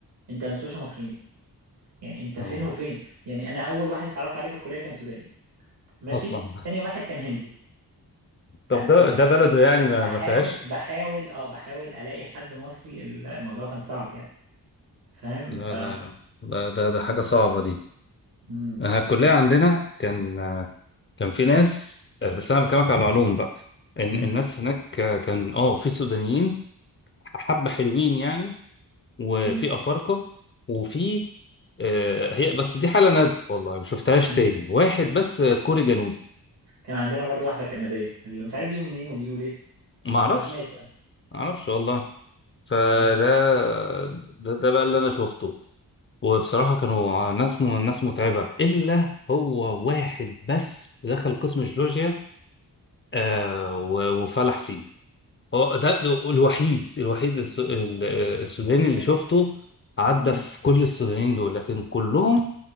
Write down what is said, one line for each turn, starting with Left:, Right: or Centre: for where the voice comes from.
Right: انت ما بتشوفش مصريين يعني انت فين
Left: اه
Right: وفين يعني انا اول واحد اتعرفت عليه في الكليه كان سوداني ماشي
Left: اصلا
Right: تاني واحد كان هندي فيعني
Left: طب ده ده
Right: انا
Left: بلده يعني
Right: بحاول
Left: ما ما فيهاش
Right: بحاول اه بحاول الاقي حد مصري الموضوع كان صعب يعني فاهم
Left: لا
Right: ف
Left: لا لا لا ده ده حاجة
Right: مم.
Left: صعبة دي
Right: مم. فعشان
Left: آه، الكلية
Right: كده
Left: عندنا كان آه، كان في ناس آه، بس أنا بكلمك على العلوم بقى إن
Right: مم.
Left: الناس هناك آه، كان اه في سودانيين حبة حلوين يعني وفي
Right: مم.
Left: أفارقة وفي آه، هي بس دي حالة نادرة والله ما شفتهاش
Right: مم.
Left: تاني واحد بس آه، كوري جنوبي
Right: كان عندنا برضو واحده كنديه اللي مش عارف بيو منين وبيو ليه
Left: معرفش
Right: بس ماشي يعني.
Left: معرفش والله فده
Right: مم.
Left: ده, ده بقى اللي انا شفته وبصراحة كانوا ناس ناس متعبة إلا هو واحد بس دخل قسم جيولوجيا آه و- وفلح فيه هو ده الوحيد الوحيد الس- ال- السوداني اللي شفته عدى
Right: مم.
Left: في كل السودانيين دول لكن كلهم